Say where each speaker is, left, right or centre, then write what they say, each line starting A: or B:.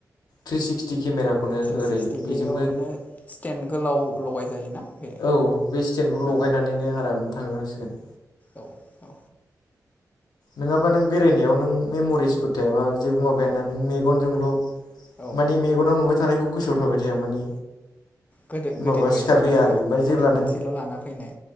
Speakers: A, on the left; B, on the left.
A: थि सिकटि केमेराखौनो
B: थ्रि
A: ओरै
B: सिक्सटि
A: बेजोंबो
B: बेयावनो स्टेन्ड गोलाव लगाय जायोना बे
A: औ बे स्टेनखौ
B: हा
A: लगायनानैनो आराम थांनांसिगोन
B: औ औ
A: नङाबा नों बेरायनायाव नों मेम'रिसफोर थायाबा जेबो माबाया ना नों मेगनजोंल'
B: औ
A: मानि मेगनाव नुबाय थानायखौ गोसोआव थाबाय थाया माने
B: गोदो गोदोनि
A: माबा
B: बायदि
A: सिखारफैया
B: नंलाना
A: आरो ओमफ्राय
B: फट'
A: जेब्ला नों
B: मोनसेल' लाना फैनाय